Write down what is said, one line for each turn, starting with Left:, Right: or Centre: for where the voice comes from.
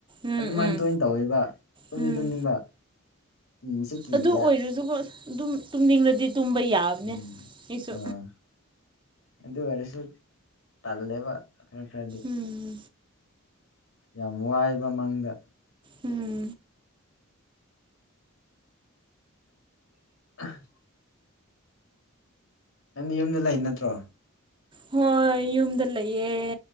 Right: ꯎꯝ
Left: ꯑꯗꯨꯃꯥꯏꯟ
Right: ꯎꯝ
Left: ꯇꯣꯏꯅ ꯇꯧꯋꯦꯕ ꯇꯨꯝꯗꯤ
Right: ꯎꯝ
Left: ꯇꯨꯝꯅꯤꯡꯕ ꯀꯤꯁꯨ ꯀꯤꯕ
Right: ꯑꯗꯨ ꯑꯣꯏꯔꯁꯨꯀꯣ ꯑꯗꯨꯝ ꯇꯨꯝꯅꯤꯡꯂꯗꯤ ꯇꯨꯝꯕ ꯌꯥꯕꯅꯦ
Left: ꯎꯝ
Right: ꯑꯩꯁꯨ
Left: ꯑꯣ ꯑꯗꯨ ꯑꯣꯏꯔꯁ ꯇꯜꯂꯦꯕ ꯈꯔ ꯈꯔꯗꯤ
Right: ꯎꯝ
Left: ꯌꯥꯝ ꯋꯥꯏꯕ ꯃꯪꯗ
Right: ꯎꯝ
Left: <unintelligible> ꯅꯪꯗꯤ ꯌꯨꯝꯗ ꯂꯩ ꯅꯠꯇ꯭ꯔꯣ
Right: ꯍꯣꯏ ꯌꯨꯝꯗ ꯂꯩꯌꯦ